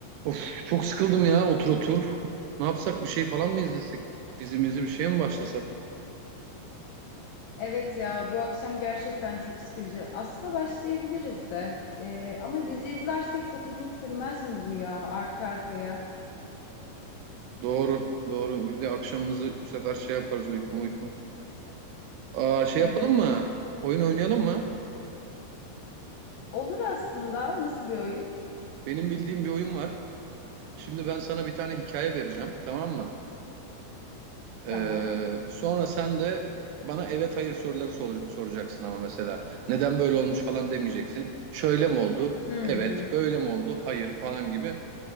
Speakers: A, on the right (about 80°); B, on the left (about 80°).
A: Of çok sıkıldım ya otur otur. Ne yapsak bir şey falan mı izlesek? Dizimizi bir şeye mi başlasak?
B: Evet ya bu akşam gerçekten çok sıkıcı. Aslında başlayabiliriz de. Ee, ama dizi izlersek çok uzun sürmez mi bu ya arka arkaya?
A: Doğru doğru bir de akşamımızı bu sefer şey yaparız uyku uyku. Aa, şey
B: Evet.
A: yapalım mı? Oyun oynayalım mı?
B: Olur aslında. Nasıl bir oyun?
A: Benim bildiğim bir oyun var. Şimdi ben sana bir tane hikaye vereceğim tamam mı?
B: Tamam.
A: Ee, sonra sen de bana evet hayır soruları sor- soracaksın ama mesela. Neden böyle olmuş falan demeyeceksin. Şöyle mi oldu?
B: Hmm.
A: Evet. Böyle mi oldu? Hayır falan gibi.